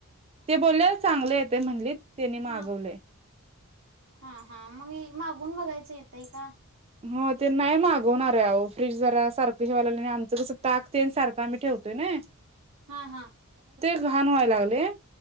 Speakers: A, on the right; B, on the right.
A: ते बोलले चांगले येतय म्हणलीत त्याने मागवले
B: हा हा हा मग मागवून बघायचं येतंय का
A: हो ते नाही मागवणार आहे फ्रीज जरा सारखं जेवल्यानंतर आमचं कसं ताक तेन सारखं आम्ही ठेवतोय ना
B: हा हा
A: घाण व्हाय लागलंय.